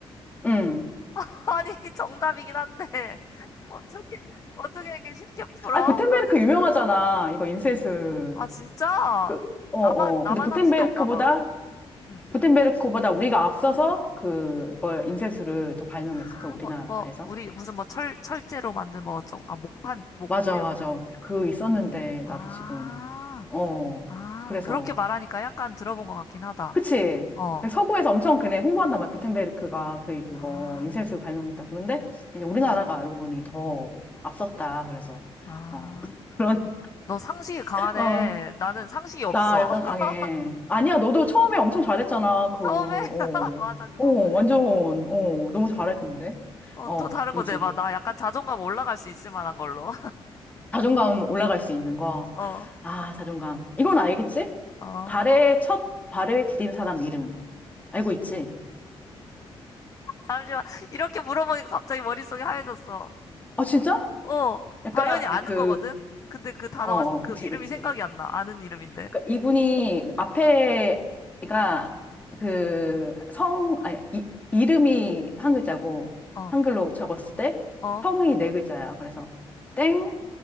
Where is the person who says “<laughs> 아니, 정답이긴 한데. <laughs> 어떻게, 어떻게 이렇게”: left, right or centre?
Left